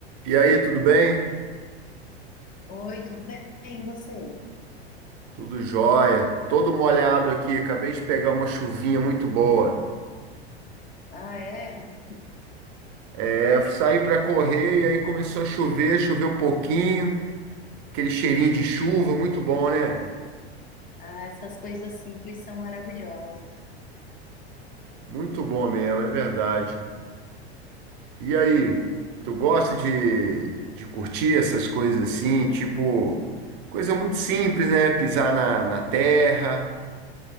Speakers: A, on the right; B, on the left.
A: E aí, tudo bem?
B: Oi, tudo bem? E você?
A: Tudo jóia. Todo molhado aqui. Acabei de pegar uma chuvinha muito boa.
B: Ah, é?
A: É, saí para correr e aí começou a chover, choveu um pouquinho. Aquele cheirinho de chuva, muito bom, né?
B: Ah, essas coisas simples são maravilhosas.
A: Muito bom mesmo, é verdade. E aí, tu gosta de, de curtir essas coisas assim? Tipo, coisa muito simples, né? Pisar na, na terra,